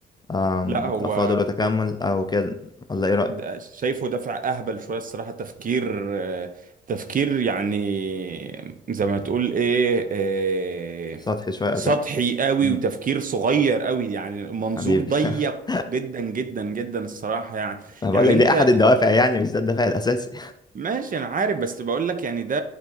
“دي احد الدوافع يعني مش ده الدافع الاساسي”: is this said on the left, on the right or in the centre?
Left